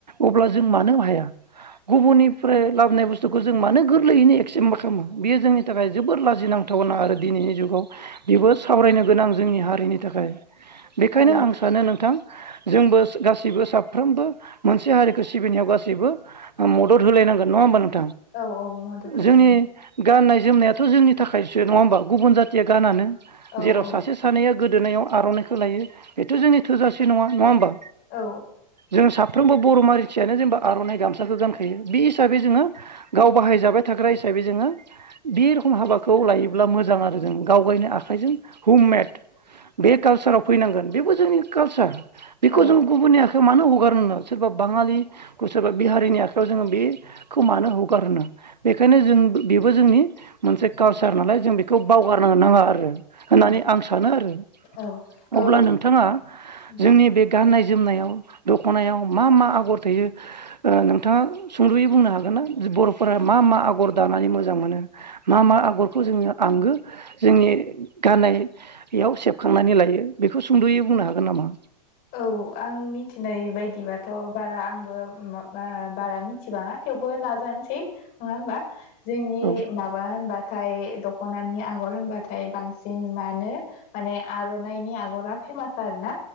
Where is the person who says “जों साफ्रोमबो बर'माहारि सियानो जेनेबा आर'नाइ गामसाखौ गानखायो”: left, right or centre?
Right